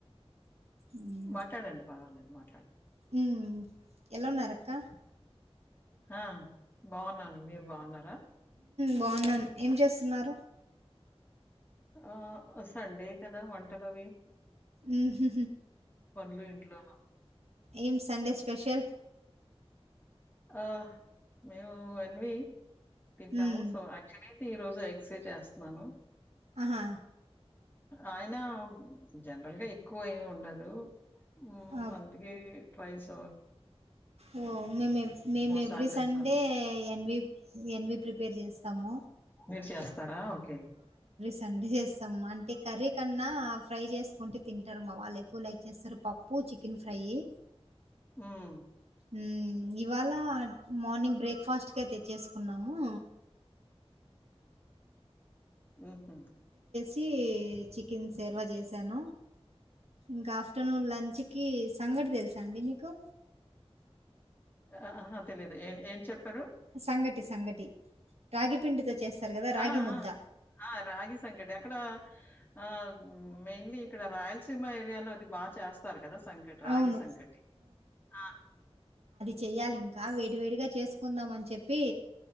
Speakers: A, on the right; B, on the left.
A: ఉమ్
B: మాట్లాడండి పర్వాలేదు మాట్లాడ్
A: ఉమ్, ఎలా ఉన్నారక్క
B: హ బావున్నాను మీరు బావున్నారా
A: బావున్నాన్ ఏం చేస్తున్నారు
B: ఆ సండే కదా వంటలవి
A: మ్ హు
B: పనులు ఇంట్లో
A: ఏం సండే స్పెషల్
B: ఆ మేము ఎన్వి తింటాము
A: ఉమ్
B: సో అచ్చుయల్లి తి ఈరోజు ఎగ్స్ ఎ చేస్తున్నాను
A: ఆహా
B: ఆయినా జనరల్గా ఎక్కువ ఏమి ఉండదు మ్
A: ఆ,
B: మంత్కి ట్వయిస్
A: ఓ మేము ఎవ్ మేము ఎవ్రీ
B: సార్లు రెండు
A: సండే
B: సార్లు
A: ఎన్వి ఎన్వి ప్రిపేర్ చేస్తాము.
B: మీర్ చేస్తారా ఓకే
A: తండి చేస్తాం. అంటె కర్రీ కన్నా ఫ్రై చేసుకుంటె తింటరు. మా వాళ్ళు ఎక్కువ లైక్ చేస్తారు. పప్పు చికెన్ ఫ్రైయ్యి
B: ఉమ్మ్
A: మ్ ఇవాలా మార్నింగ్ బ్రేక్ఫాస్ట్ కె తెచ్చేసుకున్నాము.
B: ఉహు
A: తీ చికెన్ సేర్వ చేసాను. ఇంక ఆఫ్టర్నూన్ లంచ్కి సంగటి తెలుసా అండి మీకు.
B: అఅ ఆహా తెలీదు ఏ ఏం చెప్పరు.
A: సంగటి, సంగటి రాగి పిండితో చేస్తారు కదా! రాగి
B: ఆ ఆ
A: ముద్ద.
B: ఆ రాగి సంగటి అక్కడ ఆ మెయిన్లీ ఇక్కడ రాయల్స్ తిమా ఏరియాలో అది బాగా చేస్తారు గదా సంకటి రాగి
A: అవును.
B: సంకటి ఆ
A: చెయ్యాలి ఇంకా వేడి వేడిగా చేసుకుందాం అని చెప్పి